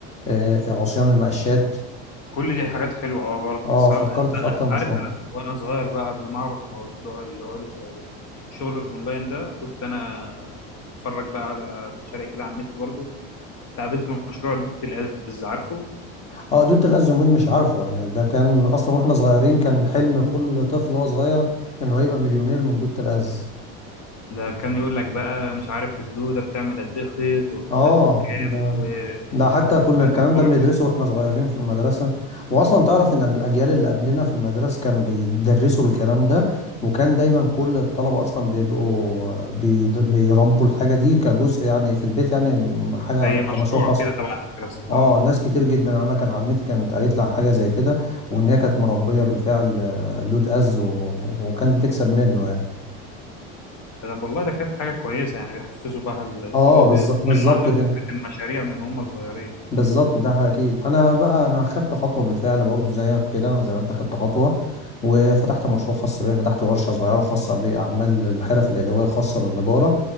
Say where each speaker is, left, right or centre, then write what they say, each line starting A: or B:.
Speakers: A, on the left (about 20°); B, on the left (about 55°).
A: آه، عصيان المقشات
B: كل دي حاجات حلوة اه برضه
A: اه
B: بس
A: فكرت
B: أنا- انت
A: في اكتر
B: أنت
A: مشروع
B: عارف انا وانا صغير بقى قبل ما اعرف موضوع اللي هو الشغل الاونلاين ده كنت انا بتفرج بقى على مشاريع كده على النت برضه فقابلت مشروع دودة الأز عارفه
A: اه دوت الأز يومين مش عارفه يعني ده كان اصلا واحنا صغيرين كان حلم كل طفل وهو صغير انه يبقى مليونير من دوت الأز
B: ده كان يقول لك بقى مش عارف الدودة بتعمل قد ايه خيط والخيط
A: اه
B: قد كام
A: ده
B: و-
A: ده حتى كنا
B: وكان
A: الكلام
B: الموضوع
A: ده بندرسه واحنا صغيرين في المدرسة واصلا تعرف ان الاجيال اللي قبلنا في المدرسة كانوا بيدرسوا الكلام ده وكان دايما كل الطلبة اصلا بيبقوا بيد- بيربوا الحاجة دي كجزء يعني في البيت يعني حاجة
B: زي
A: كمشروع
B: مشروع
A: خاص
B: كده تبع المدرسة
A: اه
B: اه
A: ناس كتير جدا انا كان عمتي كانت قالت لي على حاجه زي كده وان هي كانت مربيه بالفعل آه، دود از و... وكانت بتكسب منه يعني
B: فده والله ده كانت حاجة كويسة يعني بيحفزوا بقى الطلاب
A: اه بالظ-
B: يبقوا
A: بالظبط
B: عندهم
A: كده
B: فكرة المشاريع من هم صغيرين
A: بالظبط ده اكيد انا بقى انا خدت خطوه بالفعل برضو زيك كده زي ما انت خدت خطوه وفتحت مشروع خاص بيا فتحت ورشه صغيره خاصه باعمال الحرف اليدويه الخاصه بالنجاره